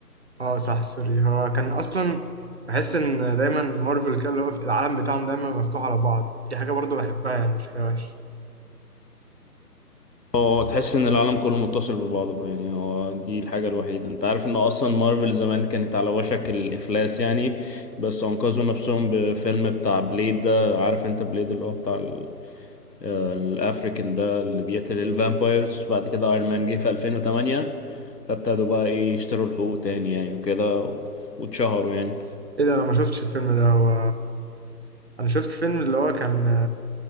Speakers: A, on the right; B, on the left.
A: اه صح سوري هو كان اصلا بحس ان دايما مارفل كده اللي هو في العالم بتاعهم دايما مفتوح على بعض دي حاجه برضو بحبها يعني مش حاجه وحشه
B: هو تحس ان العالم كله متصل ببعضه يعني هو دي الحاجة الوحيدة انت عارف ان اصلا مارفل زمان كانت على وشك الافلاس يعني بس انقذوا نفسهم بفيلم بتاع بليد ده عارف انت بليد اللي هو بتاع ال- آه، الافريكان ده اللي بيقتل الفامبايرز بعد كده ايرون مان جه في 2008 فابتدوا بقى ايه يشتروا الحقوق تاني يعني وكده و- واتشهروا يعني
A: ايه ده انا ما شفتش الفيلم ده هو انا شفت فيلم اللي هو كان